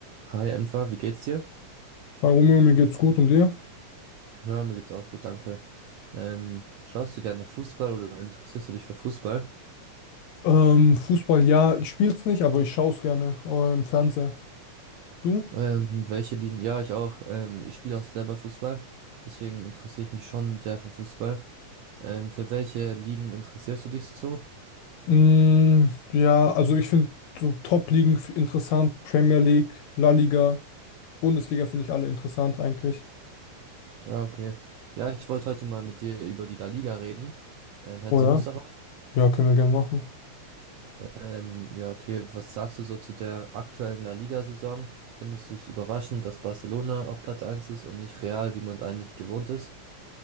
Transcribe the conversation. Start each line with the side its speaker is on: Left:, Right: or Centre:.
Right: Hi Enfa, wie geht's dir?
Left: Hi Romeo, mir geht's gut und dir?
Right: Ja, mir geht's auch gut, danke. Ähm, schaust du gerne Fußball oder interessierst du dich für Fußball?
Left: Ähm, Fußball, ja, ich spiel's nicht, aber ich schaue es gerne äh, im Fernseher. Du?
Right: Ähm, welche Ligen? Ja, ich auch. Ähm, ich spiele auch selber Fußball, deswegen interessiere ich mich schon sehr für Fußball. Ähm, für welche Ligen interessierst du dich so?
Left: Mm, ja, also ich finde so Top-Ligen f- interessant, Premier League, La Liga, Bundesliga finde ich alle interessant eigentlich.
Right: Ja, okay. Ja, ich wollte heute mal mit dir über die La Liga reden. Ähm, hättest
Left: Oh ja?
Right: du Lust darauf?
Left: Ja, können wir gerne machen.
Right: Ähm, ja, okay. Was sagst du so zu der aktuellen La Liga-Saison? Findest du es überraschend, dass Barcelona auf Platz eins ist und nicht Real, wie man es eigentlich gewohnt ist?